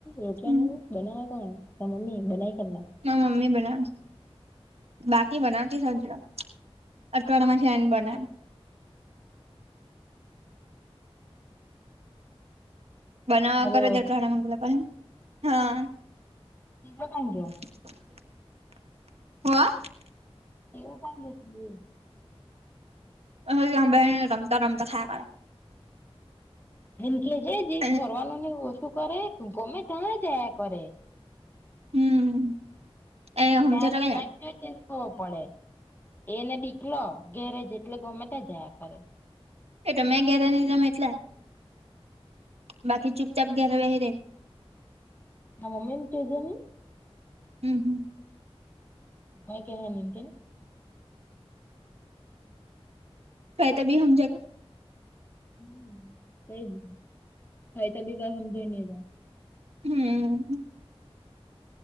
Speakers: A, on the left; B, on the right.
A: રોટલા
B: હમ
A: નુ બનાવે કોણ ત મમ્મી બનાવી કોને
B: મમ્મી બનાવ બાકી બનાવતી સાજે અઠવાડમાં જાયને બનાય બનાવવાગર
A: હલો
B: જ અઠવાડામાંગલા પણ હા
A: તિલો કાં ગયો
B: <unintelligible>
A: એવું કઈ <unintelligible>
B: ઓ હાભે રમતા રમતા ખા યા કરે
A: એમ કેજે જે
B: કરે
A: ફરવાનું ને ઓછું કરે ગમે ત્યાં જાયા કરે
B: હમ એ સમજાતા
A: જો <unintelligible>
B: કઈ
A: પડે એને બીકલો ઘેરેજ એટલે ગમે તાં જાઆ કરે.
B: એ તો મેં ઘેરે ની રેમ એટલે. બાકી ચુપચાપ ઘેરે બેહી રેય.
A: મા મમ્મી ને કેજે ની.
B: હમ્મ હમ્મ.
A: કઈ કેહે ની એમ કે ની.
B: કહે તો બી ની હમજે.
A: હમ્મ તેજ ને થાય તો બી કઈ હમજે ની એતો.
B: હમ્મ.